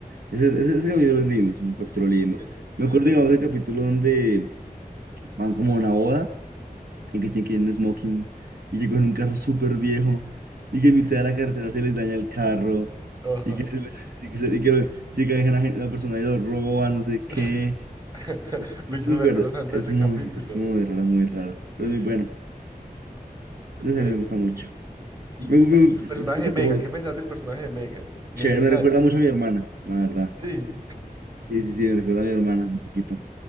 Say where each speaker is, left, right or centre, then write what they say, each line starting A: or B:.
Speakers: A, on the right (about 80°); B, on the right (about 25°).
A: Ese, ese, ese capítulo es lindo, es un capítulo lindo.
B: Eh,
A: Me
B: Es
A: acuerdo,
B: lindo.
A: digamos, del capítulo donde van como a una boda y que tienen que ir en smoking y que con un carro súper viejo y que
B: sí,
A: en mitad de la carretera se les daña el carro
B: Ajá.
A: y que, se les- y que, se- y que lo- llega la, gente- la persona y lo roba, no sé
B: Sí.
A: qué.
B: <laughs>
A: Es, no
B: Ve, Yo no
A: recuerdo,
B: me acuerdo tanto
A: es
B: de ese
A: muy,
B: capítulo.
A: es muy raro, muy raro, pero
B: sí.
A: es muy bueno.
B: Ve,
A: Yo sé, me gusta mucho.
B: Y,
A: Me, me-
B: y el
A: siento
B: personaje
A: que
B: de
A: todo
B: Megan, ¿qué pensás del personaje de Megan? ¿Necesario?
A: chévere, me recuerda mucho
B: ¿Qué?
A: a mi hermana, la verdad.
B: Sí,
A: Sí, sí, sí, me recuerda a mi hermana un poquito.